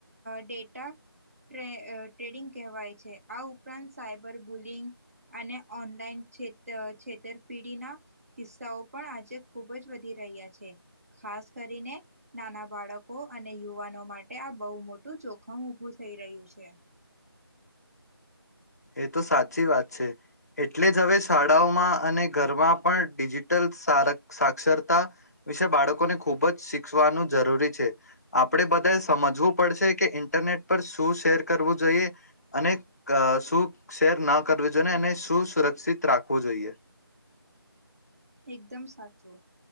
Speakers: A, on the right; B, on the left.
A: ડેટા અ ટ્રેડિંગ કહેવાય છે, આ ઉપરાંત સાયબર બુલિંગ, અને ઓનલાઈન છેતરપીડીના કિસ્સાઓ પણ આજે ખુબ જ વધી રહ્યા છે, ખાસ કરીને નાના બાળકો અને યુવાનો માટે આ બહુ મોટું જોખમ ઉભું થઈ રહ્યું છે.
B: એ તો સાચી વાત છે, એટલે જ હવે શાળાઓમાં અને ઘરમાં પણ ડિજિટલ સાર સાક્ષરતા, વિશે બાળકોને ખૂબ જ શીખવાનું જરૂરી છે, આપણે બધા સમજવું પડશે કે ઇન્ટરનેટ પર શું શેર કરવું જોઈએ, અ અને શું શેર ન કરવુ જોઈએ ને એને સુું સુરક્ષિત રાખવું જોઈએ.
A: એકદમ સાચું,